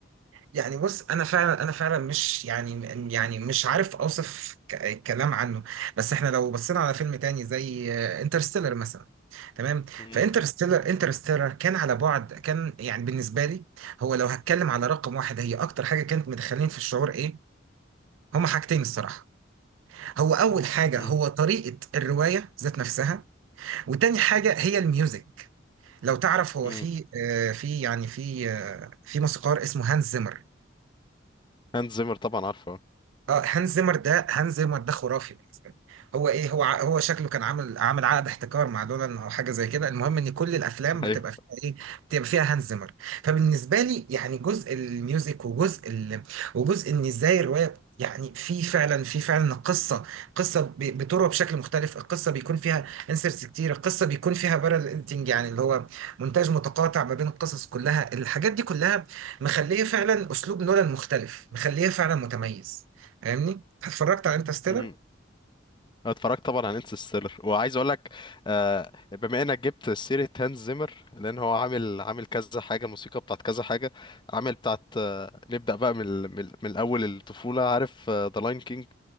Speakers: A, on the right; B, on the left.
A: يعني بص انا فعلا انا فعلا مش يعني يعني مش عارف اوصف ك- كلام عنه بس احنا لو بصينا على فيلم تاني زي انترستيلر مثلا تمام
B: مم.
A: فانترستيلر انترستيلر كان على بعد كان يعني بالنسبه لي هو لو هتكلم على رقم واحد هي اكتر حاجه كانت مدخلين في الشعور ايه هما حاجتين الصراحه هو أول حاجة
B: مم.
A: هو طريقة الرواية ذات نفسها وتاني حاجة هي الميوزك لو تعرف هو
B: مم.
A: في آه، في يعني في آه، في موسيقار اسمه هانز زيمر
B: هانز زيمر طبعا عارفه
A: اه هانز زيمر ده هانز زيمر ده خرافي بالنسبه لي هو ايه هو ع- هو شكله كان عامل عامل عقد احتكار مع دولان او حاجه زي كده المهم ان كل الافلام
B: <laughs>
A: بتبقى فيها ايه بتبقى فيها هانز زيمر فبالنسبه لي يعني جزء الميوزك وجزء ال... وجزء ان ازاي الروايه يعني في فعلا في فعلا قصه قصه ب- بتروى بشكل مختلف القصه بيكون فيها انسرتس كتير القصه بيكون فيها بارل انتنج يعني اللي هو مونتاج متقاطع ما بين القصص كلها الحاجات دي كلها مخليه فعلا اسلوب نولان مختلف مخليه فعلا متميز فاهمني اتفرجت على انترستيلر
B: ايوه أنا اتفرجت طبعا على انترستيلر وعايز اقول لك آه، بما انك جبت سيره هانز زيمر لان هو عامل عامل كذا حاجه موسيقى بتاعت كذا حاجه عامل بتاعت آه، نبدا بقى من ال- من, ال- من الاول الطفوله عارف ذا لاين كينج